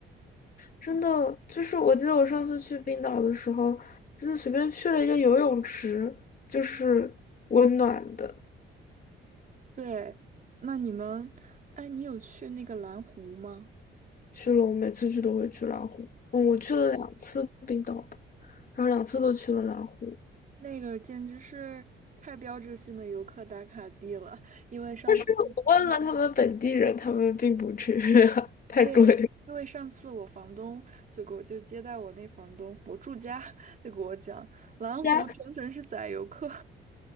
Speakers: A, on the left; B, on the right.
A: 真的，就是我记得我上次去冰岛的时候，就是随便去了一个游泳池，就是温暖的。
B: 对，那你们，哎，你有去那个蓝湖吗？
A: 去了，我每次去都会去蓝湖。嗯，我去了两次冰岛吧然后两次都去了蓝湖。
B: 那个简直是太标志性的游客打卡地了。因为上次，
A: 但是我问了他们本地人，他们并不去，<laughs> 太贵了。
B: 对，因为上次我房东就给我就接待我那房东，我住家就给我讲，蓝湖整整是宰游客，
A: 加